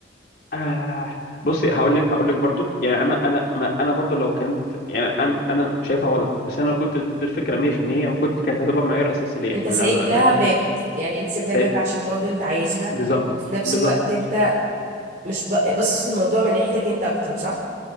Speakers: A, on the left; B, on the right.
A: آه بصي هقول لك هقول لك برضو يعني انا انا ما انا برضو لو كنت يعني انا انا شايفها غلط بس انا لو كنت ضد الفكره 100% أنا كنت كانت هتبقى معيار اساسي ليا
B: انت
A: ان
B: سايب
A: انا
B: لها
A: ما ما-
B: باب يعني انت سايب لها
A: سي-
B: باب عشان
A: س-
B: برضه انت عايزها
A: بالظبط
B: وفي نفس
A: بالظبط
B: الوقت انت مش ب- باصص الموضوع من ناحيتك انت اكتر صح؟